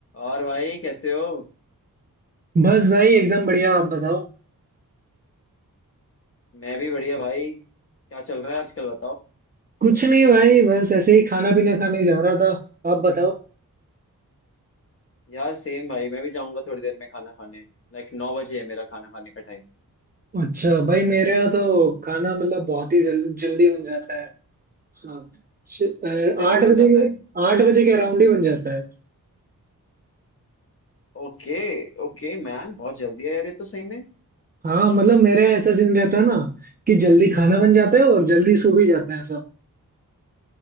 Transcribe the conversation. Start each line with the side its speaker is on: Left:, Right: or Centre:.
Left: और भाई कैसे हो
Right: बस भाई एकदम बढ़िया आप बताओ
Left: मैं भी बढ़िया भाई क्या चल रहा है आजकल बताओ
Right: कुछ नहीं भाई बस ऐसे ही खाना पीना खाने जा रहा था आप बताओ
Left: यार सेम भाई मैं भी जाऊंगा थोड़ी देर में खाना खाने लाइक नौ बजे है मेरा खाना खाने का टाइम
Right: अच्छा भाई मेरे यहाँ तो खाना मतलब बहुत ही जल, जल्दी बन जाता है हाँ, श- अ,
Left: कितने
Right: आठ
Left: बजे बन
Right: बजे
Left: जाता
Right: के
Left: है
Right: आठ बजे के अराउंड ही बन जाता है
Left: ओके ओके मैन बहुत जल्दी है यार ये तो सही में
Right: हाँ मतलब मेरे यहाँ ऐसा सीन रहता है ना कि जल्दी खाना बन जाता है और जल्दी सो भी जाते हैं सब